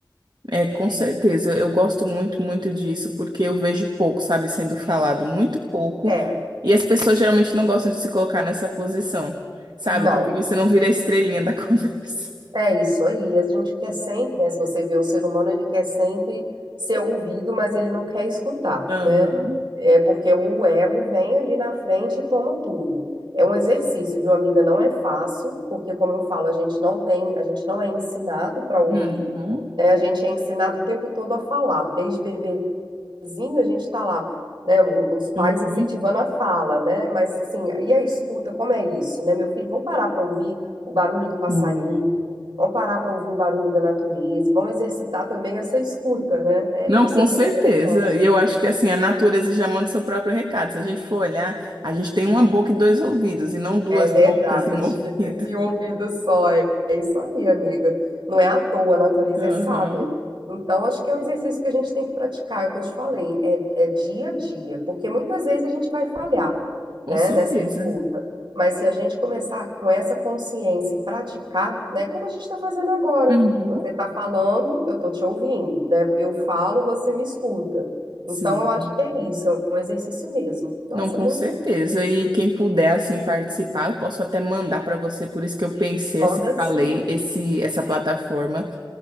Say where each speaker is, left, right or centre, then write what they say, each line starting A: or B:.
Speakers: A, on the right; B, on the right.
A: É, com certeza. Eu gosto muito, muito disso, porque eu vejo pouco, sabe, sendo falado muito pouco.
B: É,
A: E as pessoas geralmente não gostam de se colocar nessa posição, sabe?
B: não.
A: Porque você não vira a estrelinha da <laughs> conversa.
B: É isso aí. A gente quer sempre, né? Se você vê o ser humano, ele quer sempre ser ouvido, mas ele não quer escutar,
A: Aham.
B: né? É porque o ego vem ali na frente e toma tudo. É um exercício, viu, amiga? Não é fácil, porque como eu falo, a gente não tem, a gente não é ensinado para ouvir,
A: Uhum,
B: né? A gente é ensinado o tempo todo a falar. Desde bebezinho a gente está lá, né? o- Os pais
A: uhum,
B: incentivando a fala, né? Mas assim, e a escuta, como é isso, né? Meu filho, vamos parar para ouvir o barulho do passarinho
A: uhum.
B: Vamos parar para ouvir o barulho da natureza, vamos exercitar também essa escuta, né? É,
A: Não,
B: isso
A: com
B: é bem
A: certeza.
B: interessante.
A: E eu acho que assim, a natureza já manda o seu próprio recado. Se a gente for olhar, a gente tem uma boca e dois ouvidos, e não duas
B: É verdade.
A: bocas e um <laughs> ouvido.
B: <laughs> E o ouvido só. É é isso aí, amiga. Não é à toa, a natureza
A: Aham.
B: é sábia. Então, acho que é um exercício que a gente tem que praticar, é o que eu te falei, é, é dia a dia, porque muitas vezes a gente vai falhar,
A: Com
B: né,
A: certeza.
B: nessa escuta. Mas se a gente começar com essa consciência e praticar, né, como a gente está fazendo agora,
A: Uhum.
B: você está falando, eu estou te ouvindo, né, eu falo, você me escuta. Então,
A: Sim.
B: eu acho que é isso, é um exercício mesmo. Nossa,
A: Não, com
B: muito.
A: certeza. E quem puder assim participar, eu posso até mandar para você. Por isso que eu pensei
B: Manda
A: assim,
B: sim,
A: falei esse essa plataforma.